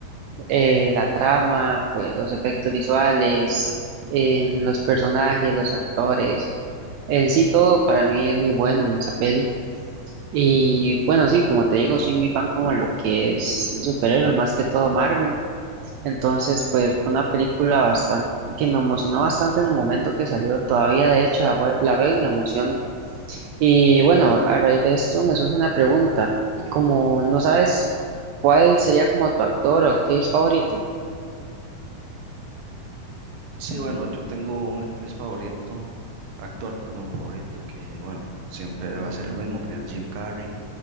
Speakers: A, on the right (about 75°); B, on the right (about 55°).
A: Eh, la trama, pues los efectos visuales, eh, los personajes, los actores, en sí todo para mí es muy bueno en esa peli. Y bueno, sí, como te digo, soy muy fan como lo que es superhéroes, más que todo Marvel. Entonces, pues fue una película bastante que me emocionó bastante en el momento que salió. Todavía, de hecho, la, we- la veo y me emociono. Y bueno, a raíz de esto me surge una pregunta. Y como no sabes cuál sería como tu actor o actriz favorito.
B: Sí, bueno, yo tengo un actriz favorito, actor, perdón, favorito, que bueno, siempre va a ser el mismo, que es Jim Carrey.